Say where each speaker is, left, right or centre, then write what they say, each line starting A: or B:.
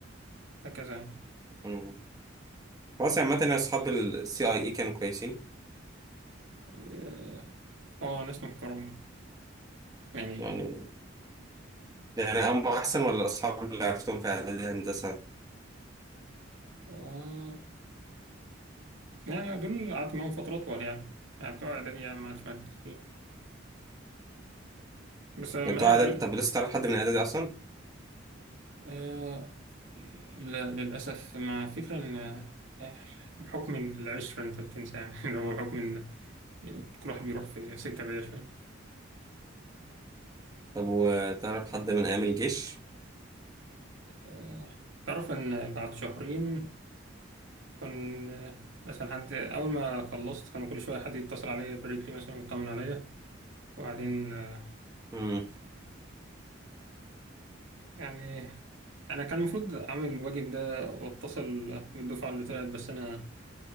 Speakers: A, on the right; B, on the right.
A: هكذا يعني.
B: مم. خلاص عامة يعني أصحاب السي أي إي كانوا كويسين
A: اه آه، ناس محترمة يعني
B: يعني يعني هم أحسن ولا الأصحاب اللي عرفتهم في إعدادي هندسة؟
A: آه يعني دول قعدت معاهم فترة أطول يعني يعني بتوع إعدادي يعني ما عادش معايا كتير بس ما
B: ده بتوع اعدادي
A: أنا
B: طب لسه تعرف حد من اعدادي اصلا
A: آه، لا للأسف مع فكرة إن آه، بحكم العشرة أنت بتنسى يعني <laughs> لو بحكم إن كل واحد بيروح في سكة بعيدة شوية
B: طب وتعرف حد من ايام الجيش
A: آه، تعرف إن بعد شهرين كان آه، مثلا حد أول ما خلصت كانوا كل شوية حد يتصل عليا يبارك لي مثلا ويطمن عليا وبعدين آه،
B: امم
A: يعني أنا كان المفروض أعمل الواجب ده وأتصل بالدفعة اللي طلعت بس أنا